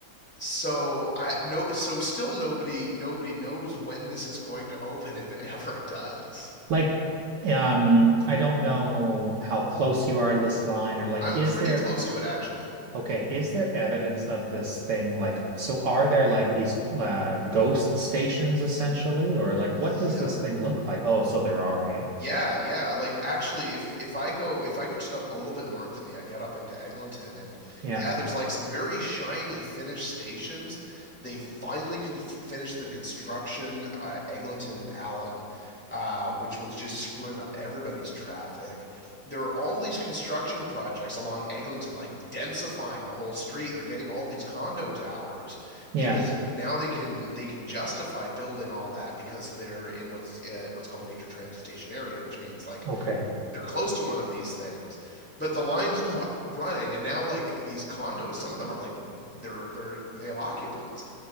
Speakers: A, in the centre; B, on the right.
A: so I no so still nobody nobody knows when this is going to open if it ever does.
B: Like, um, I don't know how close you are to this line or like,
A: I'm
B: is
A: pretty
B: there,
A: close to it actually.
B: okay, is there evidence of this thing? Like, so are there like these uh, ghost stations essentially, or like,
A: Yep.
B: what does this thing look like? Oh, so there are, hey?
A: Yeah, yeah. Like actually, if if I go if I go just up a little bit north of me, I get up into Eglinton, and
B: Yeah.
A: yeah, there's like some very shiny finished stations. They finally con finished the construction at Eglinton and Allen, uh, which was just screwing up everybody's traffic. There are all these construction projects along Eglinton, like densifying the whole street. They're getting all these condo towers
B: Yeah.
A: because now they can they can justify building all that because they're in what's uh, what's called a major transit station area, which means like
B: Okay.
A: they're close to one of these things, but the line's <laughs> not running. And now like these condos, some of them are like they're they're they have occupants,